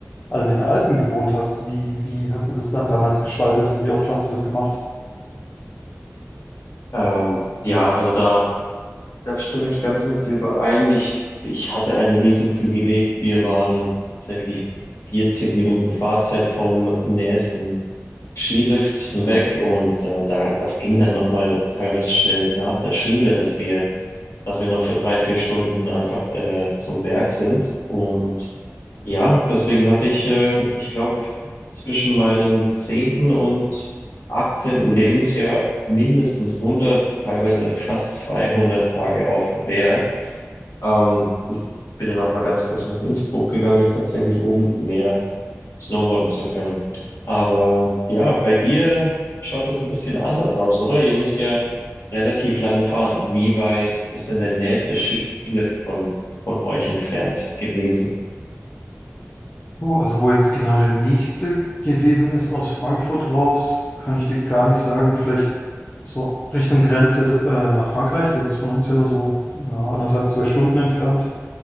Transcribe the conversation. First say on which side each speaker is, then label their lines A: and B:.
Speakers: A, on the left (about 35°); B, on the left (about 75°).
A: also in den Alpen gewohnt hast, wie, wie hast du das dann damals gestaltet und wie oft hast du das gemacht?
B: Ähm, ja, also da, da stimme ich ganz mit dir überein. Ich, ich hatte ein Riesenprivileg. Wir waren tatsächlich 40 Minuten Fahrzeit vom nächsten Skilift weg und äh, da, das ging dann nochmal teilweise schnell nach der Schule, dass wir dass wir noch für drei, vier Stunden einfach äh, zum Berg sind. Und ja, deswegen hatte ich, äh, ich glaube, zwischen meinem zehnten und achtzehnten Lebensjahr mindestens 100, teilweise fast 200 Tage auf dem Berg. Ähm, ich bin dann auch mal ganz kurz nach Innsbruck gegangen, tatsächlich, um mehr snowboarden zu können. Aber ja, bei dir schaut das ein bisschen anders aus, oder? Ihr müsst ja relativ lange fahren. Wie weit ist denn der nächste Skilift von, von euch entfernt gewesen?
A: Oh, also wo jetzt genau der nächste gewesen ist aus Frankfurt raus, kann ich dir gar nicht sagen. Vielleicht so Richtung Grenze äh, nach Frankreich. Das ist von uns ja nur so ja, anderthalb, zwei Stunden entfernt.